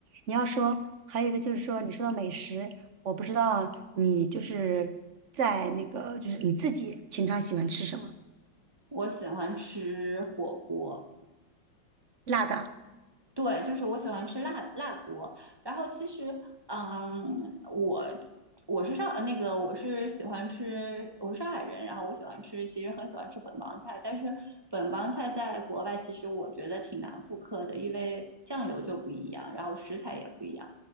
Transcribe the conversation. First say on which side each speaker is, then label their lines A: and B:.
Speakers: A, on the right (about 50°); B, on the right (about 25°).
A: 你要说还有一个就是说，你说到美食，我不知道你就是在那个就是你自己平常喜欢吃什么，
B: 我喜欢吃火锅。
A: 辣的
B: 对，就是我喜欢吃辣辣锅。然后其实，嗯，我我是上那个我是喜欢吃，我是上海人，然后我喜欢吃，其实很喜欢吃本帮菜。但是本帮菜在国外其实我觉得挺难复刻的，因为酱油就不一样，然后食材也不一样，